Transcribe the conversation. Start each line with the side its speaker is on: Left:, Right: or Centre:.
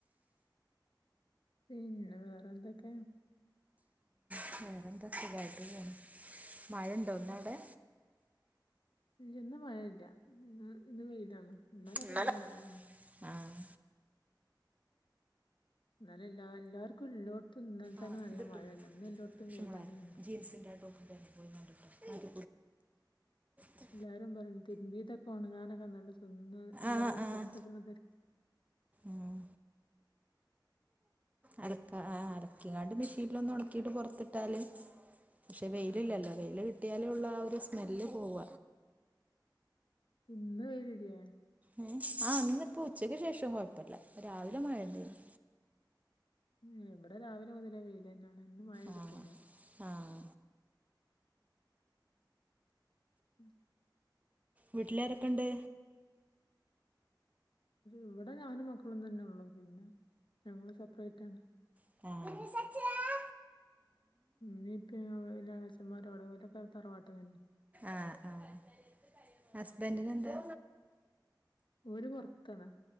Left: പിന്നെ വെറെ എന്തൊക്കെ
Right: വെറെ എന്താ സുഖായിട്ട് പോണ് മഴണ്ടോ ഇന്ന് അവടെ
Left: ഇല്ല ഇന്ന് മഴല്ല ഇന്ന് ഇന്ന് വെയിലാണ് ഇന്നലൊക്കെ
Right: ഇന്നലെ
Left: നല്ല മയെനി
Right: ആഹ്
Left: ഇന്നലെ എല്ലാ എല്ലാർക്കും എല്ലോട്ത്തും ഇന്നൽ തന്നെ
Right: ആഹ്
Left: നല്ല
Right: ഇതിട്ടു
Left: മഴല്ല ഇന്ന് എല്ലോട്ത്തും
Right: ഷിമോളെ
Left: വെയിണ്
Right: ജീൻസിന്റെ ട്ടോപ്പും പാന്റും ട് <unintelligible>
Left: എല്ലാരും പറയും തിരുമ്പീതൊക്കെ ഒണങ്ങാനൊക്കെ നല്ല സം എല്ലാരും
Right: ആഹ് ആഹ്
Left: പൊർത്തിട്ണ തെര
Right: ഉം അലക്ക ആ അലക്കിങ്ങാണ്ട് മെഷീൻലോന്ന് ഉണക്കിയിട്ട് പൊർത്ത്ട്ടാല് പക്ഷെ വെയിലില്ലല്ലോ
Left: ആഹ്
Right: വെയില് കിട്ടിയാലെള്ളോ ആ ഒരു സ്മെല്ല് പോവ
Left: ഇന്ന് വെയിലില്ലേ
Right: എ ആ ഇന്ന് ഇപ്പൊ ഉച്ചക്ക് ശേഷം കുഴപ്പല്ല രാവിലെ മഴ ഇണ്ടേനി
Left: ഉം ഇവടെ രാവിലെ മുതലേ വെയിലന്നെണ് ഇന്ന് മഴ പെയ്‌തിട്ടില്ല
Right: ആഹ് ആഹ്
Left: ഉം
Right: വീട്ടിലാരൊക്കെ ഇണ്ട്
Left: ഇവടെ ഞാനും മക്കളും തന്നെ ഉള്ളൂ പിന്നെ ഞങ്ങള് സപ്പ്റേറ്റാണ്
Right: ആഹ്
Left: ഇമ്മീ ഇപ്പി വല്യ എളച്ചന്മാരവിടെ ഓലൊക്കെ തറവാട്ടില
Right: ആഹ് ആഹ് ഹസ്ബൻഡ്ന് എന്താ
Left: ഓര് പൊർത്താണ്